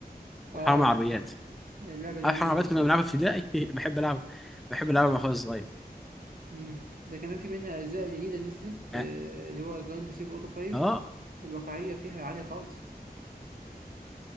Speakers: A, on the right (about 60°); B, in the centre.
A: اه
B: وحرام عربيات
A: لعبة جميلة
B: عارف حرام عربيات
A: برضه
B: كنا
A: صح
B: بنلعبها في ابتدائي <laughs> بحب العب بحب العبها وانا صغير
A: مم. ده كمان في منها اجزاء جديدة نزلت
B: اه
A: آه، اللي هو جراند سيف اوتو 5
B: اه
A: الواقعية فيها عالية خالص